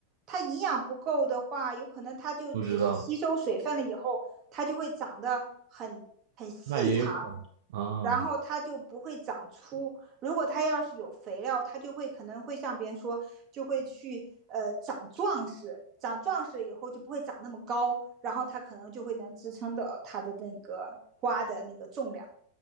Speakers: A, on the right; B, on the right.
A: 它营养不够的话，有可能它就只是吸收水分了以后，
B: 不知道。
A: 它就会长得很很细长，
B: 那也有可能啊，
A: 然后它就不会长粗。如果它要是有肥料，它就会可能会像别人说，就会去呃长壮实，长壮实以后就不会长那么高，然后它可能就会能支撑到它的那个花的那个重量。